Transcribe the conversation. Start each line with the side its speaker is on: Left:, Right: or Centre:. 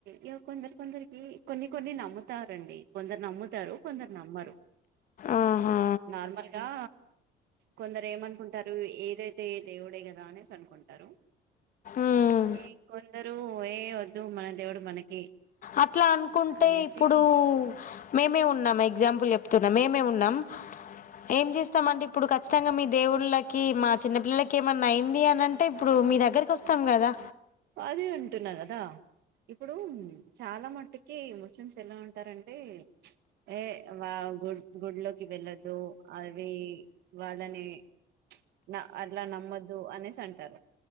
Right: ఇగ కొందరి కొందరికి కొన్ని కొన్ని నమ్ముతారండి కొందరు నమ్ముతారు కొందరు నమ్మరు
Left: ఆహా
Right: నార్మల్గా కొందరు ఏమనుకుంటారు ఏదైతే ఏ దేవుడే కదా అనేసి అనుకుంటారు
Left: మ్మ్
Right: ఏ ఇంకొందరు ఏ వద్దు మన దేవుడు మనకి
Left: అట్లా అనుకుంటే
Right: అనేసి
Left: ఇప్పుడు మేమే ఉన్నం ఎగ్జాంపుల్ చెప్తున్నా మేమే ఉన్నం ఏం చేస్తామండి ఇప్పుడు ఖచ్చితంగా మీ దేవుళ్ళకి మా చిన్నపిల్లలకి ఏమన్నా అయింది అని అంటే ఇప్పుడు మీ దగ్గరికి వస్తాం కదా
Right: అదే అంటున్నా కదా ఇప్పుడు చాలా మట్టుకి ముస్లిమ్స్ ఎలా ఉంటారంటే ప్చ్ ఏ వావ్ గు గుడ్లోకి వెళ్ళొద్దు అవి వాళ్ళని ప్చ్ న అట్లా నమ్మద్దు అనేసి అంటారు